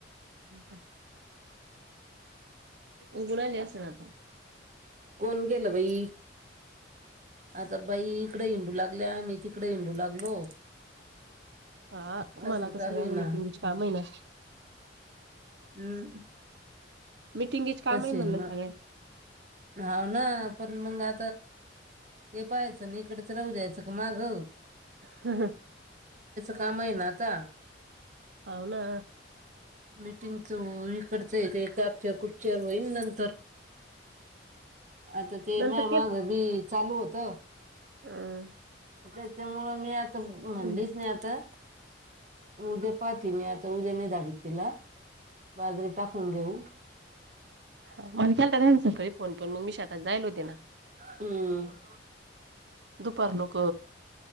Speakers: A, on the right (about 65°); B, on the right (about 40°).
A: त उगु ल अस आता
B: कोण गेलं वई आता बाई इकडे हिंडू लागल्या मी तिकडे हिंडू लागलो
A: हा तुम्हाला
B: असं
A: आता
B: चालू
A: सगळ्यांनी
B: आहे ना
A: मिीटिंगच काम आहे ना
B: हम्म
A: मिीटिंगेच काम आहे
B: मग
A: म्हणलं सगळ्या
B: ह ना पण मग आ हे पाहायचं ना इकडच राहू दयचं क मागं
A: हम ह
B: काम आहे ना आता
A: अवना
B: मीटिंगचं इकडचं अपचर खुपचर होईल नंतर आता ते
A: नंतर
B: माझ्या माग भी चालू होत
A: हं
B: त्याच्यामुं मी आता म्हणलीच
A: हम्म.
B: नाही आता उद्या पाहते मी आता उद्या नाही धाडीत तिला बाजरी टाकून घेऊ
A: हा मतनसल कर फोन पण मग मी शेतात जायल होते ना
B: हम्म
A: दुपार लोक